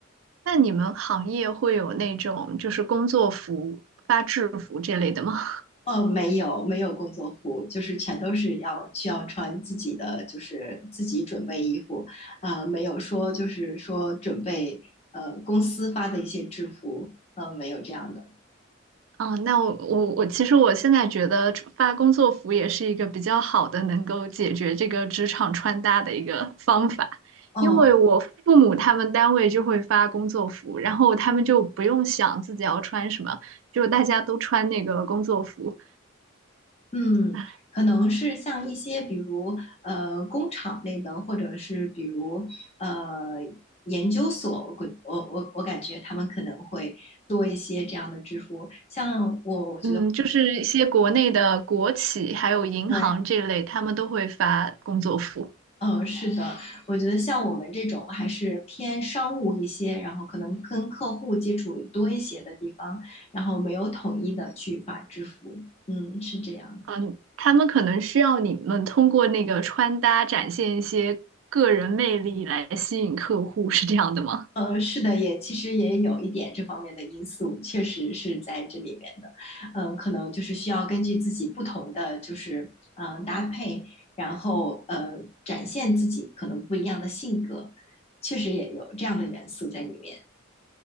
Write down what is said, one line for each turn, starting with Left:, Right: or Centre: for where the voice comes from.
Right: 那你们行业会有那种就是工作服、发制服这类的吗？
Left: 呃，没有没有工作服，就是全都是要需要穿自己的，就是自己准备衣服，啊、没有说就是说准备呃公司发的一些制服，呃，没有这样的。
Right: 啊，那我我我，其实我现在觉得发工作服也是一个比较好的能够解决这个职场穿搭的一个方法，
Left: 哦，
Right: 因为我父母他们单位就会发工作服，然后他们就不用想自己要穿什么，就大家都穿那个工作服。
Left: 嗯，
Right: 啊
Left: 可能是像一些比如呃工厂类的，或者是比如呃研究所，我感我我我感觉他们可能会多一些这样的制服，像我我觉得。
Right: 嗯，就是一些国内的国企还有银行这类，
Left: 对，
Right: 他们都会发工作服。
Left: 嗯，是的，我觉得像我们这种还是偏商务一些，然后可能跟客户接触多一些的地方，然后没有统一的去发支付，嗯，是这样的。
Right: 嗯，他们可能需要你们通过那个穿搭展现一些个人魅力来吸引客户，是这样的吗？
Left: 呃，是的，也其实也有一点这方面的因素，确实是在这里面的。嗯，可能就是需要根据自己不同的就是嗯、呃搭配，然后呃展现自己可能不一样的性格，确实也有这样的元素在里面。